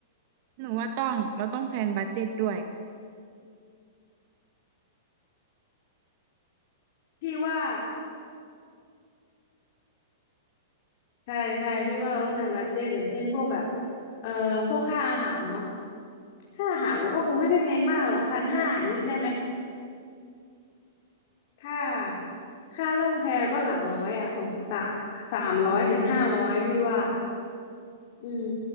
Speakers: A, on the right; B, on the left.
A: หนูว่าต้อง เราต้องแพลนบัดเจ็ตด้วย
B: พี่ว่าใช่ใช่พี่ว่าเราต้องทำบัดเจ็ตอย่างเช่นพวกแบบเอ่อพวกค่าอาหารเนาะ ค่าอาหารมันก็คงไม่ใช่แพงมากหรอกพันห้าอย่างนี้ได้ไหมค่าค่าล่องแพก็หลักร้อยอ่ะสงสะสามร้อยถึงห้าร้อยพี่ว่าอืม